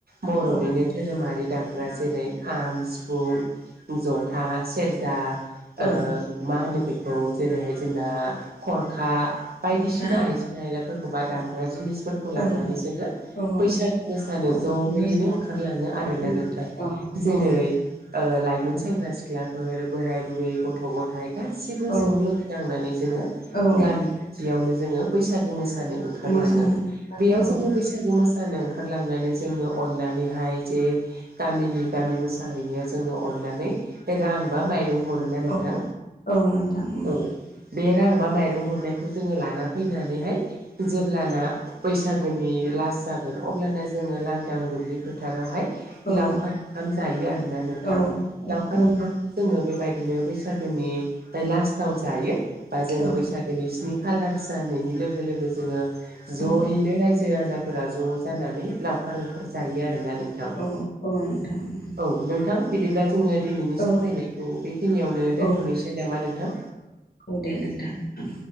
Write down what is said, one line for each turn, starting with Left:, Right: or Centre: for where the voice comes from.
Right: बर'निनो
Left: औ
Right: धोरोमारि दामग्रा जेरै खाम सिफुं जथा सेर जा
Left: औ
Right: ओ मा होनो बेखौ जेरैहाय जोंना खरखा बायदिसिना
Left: गरखा
Right: आइजें आयलाफोरखौ बा दामग्रा जिनिसफोरखौ
Left: औ
Right: लानानै जोङो
Left: औ
Right: बैसागु मोसानो
Left: औ
Right: जयैनो
Left: मोसा
Right: ओंखारलाङो आरोना
Left: औ
Right: नोंथां
Left: औ
Right: जेरै ओ लाइमोन सेंग्रा सिख्लाफोर बोराय बुरै गथ' गथ' गथायाइ गासिबो
Left: औ
Right: ज लोगो नांनानै जोङो
Left: औ
Right: गामि खा जियावनो जोङो बैसागो मोसानो ओंखारलाङो
Left: मोसानाय
Right: बेयाव
Left: औ
Right: जोङो बैसाग बैसागो मोसानो ओंखारलांनानै जोंनो अननानैहाय जे गामिनि गामि मोसाहैनाया जोंनो अननानै रां बा माइ जों हरोना नोंथां
Left: औ औ नोंथां उम
Right: औ बे रां बा माइरं हरनायखौ जोङो लाना फैनानैहाय जेब्लाना बैसागोनि लास जागोन अब्लाना जोङो लांदां दुब्लिफोर फोथारावहाय
Left: औ
Right: लावखार ओंखाम जायो आरोना नोंथां
Left: औ
Right: लावखार
Left: उम
Right: ओंखाम जोङो बेबायदिनो बैसागोनि लास्टाव जायो बा जोङो
Left: औ
Right: बैसागो दिनै स्नि खालार जानायनि लोगो लोगो जोङो जयैनो
Left: औ
Right: रायजो राजा फोरा ज' जानानै लावखार ओंखार जायो आरोना नोंथां।
Left: औ औ नोंथां उम
Right: औ नोंथां बिदिब्ला जोङो दिनैनि
Left: औ
Right: सावरायनायखौ बेखिनियावनो दोनथ'नोसै
Left: औ
Right: नामा नोंथां?
Left: औ दे नोंथां ओं।